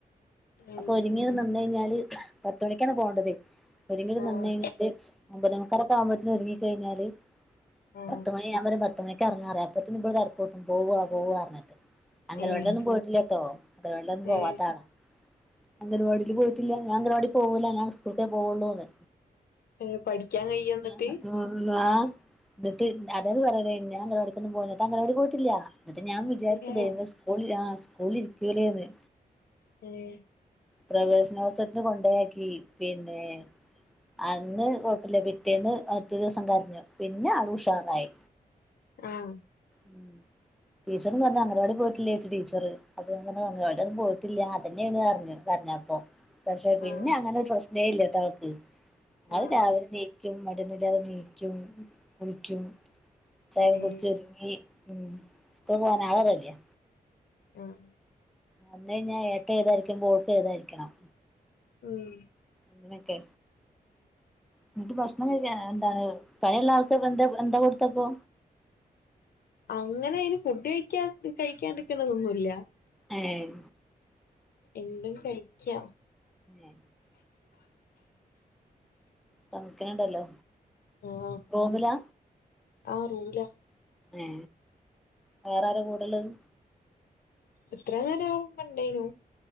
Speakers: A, on the left; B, in the centre.
A: ഉം
B: അപ്പൊ ഒരുങ്ങി നിന്ന കഴിഞ്ഞാല് പത്തുമണിക്കാണ് പോവേ ണ്ടത് ഒരുങ്ങും
A: ആഹ്
B: നന്ന കഴിഞ്ഞാല് അമ്പല നക്കാരൊക്കെ ആവുമ്പോത്തനും ഒരുങ്ങിക്ക കഴിഞ്ഞാല്
A: ആഹ്
B: പത്ത്മണിയാകുപോം പത്തുമണിക്ക് ഇറങ്ങാറ അപ്പത്ത ഇടെ തറക്കൂട്ടും പോകാ പോക പറഞ്ഞിട്ട് അങ്കണവാടീൽ
A: ഏഹ്
B: ലൊന്നും പോയിട്ടില്ല കേട്ടോ അങ്ങന വെന്നും പോവാത്താളാണ്
A: ഏഹ്
B: അംഗൻവാടിയിൽ പോയിട്ടില്ല ഞാൻ അംഗവാടി പോകില്ല ഞാൻ സ്കൂളക്കെ പോവുള്ളൂേ
A: ഏഹ് പഠിക്കാൻ കഴിയോ എന്നിട്ട്
B: ന്ന് എന്നിതായത് പറയന്ന അംഗൻവാടിക്കൊന്നും പോന്നിട്ട് അംഗണവാടി പോയിട്ടില്ല എന്നിട്ട് ഞാൻ വിചാരിച്ചത്
A: ഏഹ്
B: സ്കൂളിൽ ആ സ്കൂളിൽ ഇരികുലേന്ന്
A: ഏഹ്
B: പ്രവേശനാവസ്ഥത്തിന് കൊണ്ടയാക്കി പിന്നെ അന്ന് കുഴപ്പില്ല പിറ്റേന്ന് മറ്റു ദിവസം കരഞ്ഞു പിന്നെ അൾ ഉഷാറായി
A: ആഹ്
B: ഉ ടീചറും പറഞ്ഞു അംഗനവാടി പോയിട്ട് ലെ ചോദിച്ചു ടീച്ചർ അതു അവിടെന്നും പോയിട്ടില്ല അതല്ലെ പറഞ്ഞു കരഞ്ഞപ്പൊ പക്ഷെ പിന്നെ
A: ആഹ്
B: അങ്ങനെ പ്രശ്നേ ഇല്ലേട്ടവൾക്ക് ഞങ്ങൾ
A: ആഹ്
B: രാവിലെ
A: ആഹ്
B: നീക്കും മടുന്നില്ലാതെ നീക്കും കുളിക്കും ചായ
A: ഏഹ്
B: കുടിച്ചുരുങ്ങി ഉ സ്ക്കുൾ പോവാൻ ആള് റെഡിയാ
A: ആഹ
B: വന്നേഴഞ്ഞഞാ എനിക്ക് എഴുതാരിക്കുമ്പോ ഓൾക്ക് എഴുതാഇരിക്കണം
A: ഉം
B: അങ്ങനൊക്കെ എന്നിട്ട് പ്രശ്ണം എന്താണ് പഴയള്ള ആൾക്ക്ന്താ എന്താ കൊടുത്തപ്പോ
A: അങ്ങനെ അതിന് ഫുഡ് കഴിക്കാ കഴിക്കാിരിക്കണതൊന്നുംല്ല
B: ഏഹ
A: എന്തും കഴിക്കാം
B: ഏ സംക്കനണ്ടല്ലോ
A: ആഹ്
B: റോമിലാ
A: ആഹ് റൂമിലാ
B: ഏ വേറൊരോ കൂടുല്ലതെ
A: എത്ര നേര ഇപ്പൊ ഉണ്ടേനു